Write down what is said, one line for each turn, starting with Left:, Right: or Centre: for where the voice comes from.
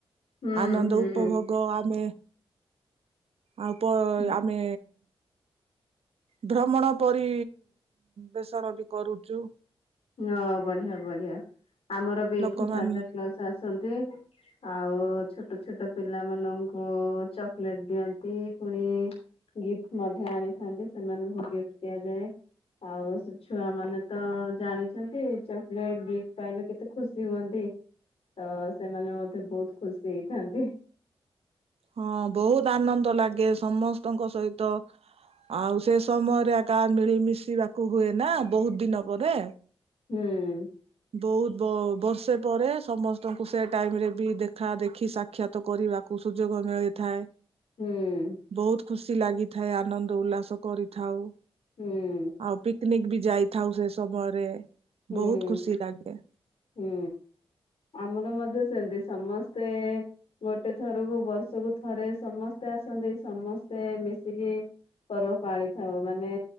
Left: ହୁଁ
Right: ଆନନ୍ଦ
Left: ହୁଁ।
Right: ଉପଭୋଗ ଆମେ ଆଉପ
Left: ହୁଁ
Right: ଆମେ ଭ୍ରମଣ ପରି ବେଷଣ ବି କରୁଛୁ
Left: ହଁ ବଢିଆ ବଢିଆ ଆମର ବି ଏଇଠି
Right: ଲୋକମାନେ
Left: ସାନ୍ତାକ୍ଲଜ ଆସନ୍ତି। ଆଉ ଛୋଟ ଛୋଟ ପିଲାମାନଙ୍କୁ ଚକୋଲେଟ ଦିଅନ୍ତି ପୁଣି ଗିଫ୍ଟ ମଧ୍ୟ ଆଣିଥାନ୍ତି ସେମାନଙ୍କୁ ଗିଫ୍ଟ ଦିଆଯାଏ ଆଉ ସେ ଛୁଆ ମାନେ ତ ଜାଣି ଚକଲେଟ ଗିଫ୍ଟ ପାଇଲେ କେତେ ଖୁସି ହୁଅନ୍ତି ତ ସେମାନେ ମଧ୍ୟ ବହୁତ ଖୁସି ହେଇଥାନ୍ତି
Right: ହଁ ବହୁତ ଆନନ୍ଦ ଲାଗେ ସମସ୍ତଙ୍କ ସହିତ ଆଉ ସେ ସମୟରେ ଆ କା ମିଳିମିଶିବାକୁ ହୁଏ ନା ବହୁତ ଦିନ ପରେ
Left: ହୁଁ
Right: ବହୁତ ବ ବର୍ଷେ ପରେ, ସମସ୍ତଙ୍କୁ ସେ ଟାଇମରେ ବି ଦେଖା ଦେଖି ସାକ୍ଷାତ କରିବାକୁ କୁ ସୁଯୋଗ ମିଳିଥାଏ।
Left: ହୁଁ
Right: ବହୁତ ଖୁସି ଲାଗିଥାଏ। ଆନନ୍ଦ ଉଲ୍ଲାସ କରିଥାଉ।
Left: ହୁଁ
Right: ଆଉ ପିକନିକ ବି ଯାଇଥାଉ। ସେ ସମୟରେ
Left: ହୁଁ
Right: ବହୁତ ଖୁସି ଲାଗେ।
Left: ହୁଁ, ଆମର ମଧ୍ୟ ସେମିତି ସମସ୍ତେ ଗୋଟେ ଥରକୁ ବର୍ଷକୁ ଥରେ ସମସ୍ତେ ଆସନ୍ତି। ସମସ୍ତେ ମିଶିକି ପର୍ବ ପାଳିଥାଉ। ମାନେ